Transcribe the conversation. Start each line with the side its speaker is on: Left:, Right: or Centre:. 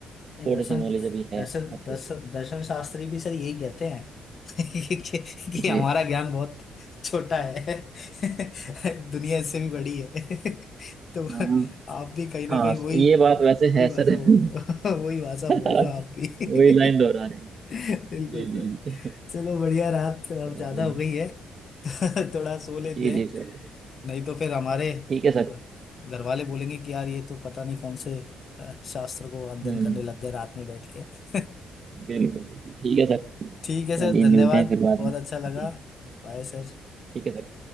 Left: नहीं
Right: थोड़ी
Left: दर्शन
Right: सी नॉलेज अभी है
Left: दर्शन
Right: अपडेट
Left: दर्शन दर्शन शास्त्री भी सर यही कहते हैं <laughs> कि, कि
Right: जी
Left: हमारा ज्ञान बहुत छोटा है <laughs> दुनिया इससे भी बड़ी है <laughs> तो
Right: हाँ
Left: आप भी कहीं ना
Right: हाँ
Left: कहीं वही
Right: ये बात वैसे
Left: वही
Right: है
Left: भाषा
Right: सर
Left: बोल
Right: <laughs>
Left: रहे हो <laughs> वही भाषा
Right: वही
Left: बोल रहे हो आप भी
Right: लाइन दोहरा
Left: <laughs>
Right: रहे हैं
Left: <laughs> बिल्कुल
Right: जी
Left: सर
Right: जी जी
Left: चलो बढ़िया रात अब
Right: चलिए।
Left: ज्यादा हो गई है <laughs> थोड़ा सो लेते
Right: जी
Left: हैं
Right: जी सर
Left: नहीं तो फिर हमारे
Right: ठीक है सर
Left: अ, घर वाले बोलेंगे कि यार ये तो पता नहीं कौन से अ, शास्त्र को अध्ययन
Right: हम्म
Left: करने लग गए रात में बैठ के <laughs>
Right: बिल्कुल बिल्कुल ठीक है सर
Left: ठीक
Right: चलिए
Left: है सर धन्यवाद
Right: मिलते हैं फिर बाद
Left: बहुत
Right: में
Left: अच्छा लगा
Right: जी
Left: Bye sir
Right: ठीक है सर